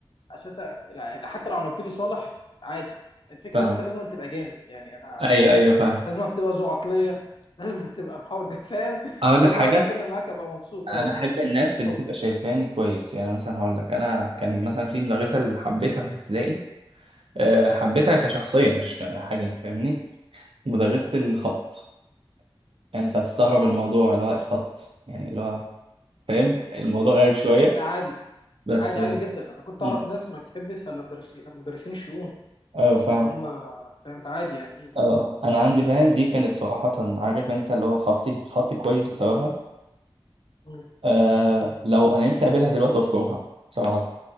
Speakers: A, on the left; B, on the right.
A: أسد... يعني حتى لو عملت لي صالح عادي الفكره
B: فاهم
A: ان انت لازم أن تبقى جامد يعني انا
B: ايوه ايوه فاهم
A: لازم أن تبقى ذو عقليه <laughs> لازم أن تبقى محاور جد- فاهم
B: اقول
A: لازم
B: لك حاجة
A: اقعد اتكلم معاك ابقى مبسوط اه
B: انا
A: معاك
B: احب الناس اللي
A: اتفضل
B: تبقى شايفاني كويس يعني مثلا هقول لك انا كان مثلا في مدرسة اللي حبيتها في الابتدائي أه حبيتها كشخصية مش كحاجة فاهمني مدرسة الخط يعني انت هتستغرب
A: اه
B: الموضوع اللي هو خط يعني اللي هو فاهم الموضوع غريب شوية
A: ده عادي
B: بس
A: عادي
B: اه
A: عادي جدا انا كنت
B: مم.
A: اعرف ناس ما بتحبش الا مدرسين مدرسين الشؤون
B: آه، فاهم
A: ان هم فاهم فعادي يعني ايه
B: اه انا عندي فاهم دي كانت صراحة عارف انت اللي هو خطي خطي كويس بسببها
A: مم.
B: آه لو انا نفسي اقابلها دلوقتي واشكرها صراحة